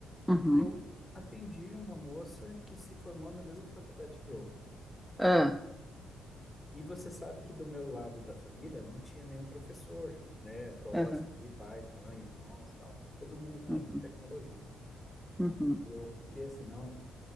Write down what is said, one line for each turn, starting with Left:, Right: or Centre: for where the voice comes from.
Centre: uhum.
Left: E eu atendi uma moça que se formou na mesma faculdade que eu.
Centre: Ah,
Left: E você sabe que do meu lado da família não tinha nenhum professor, né, próximo
Centre: aham,
Left: ali, pai, mãe, irmãos, tal. Todo mundo na
Centre: uhum,
Left: área de tecnologia.
Centre: uhum.
Left: E eu fiquei assim, não,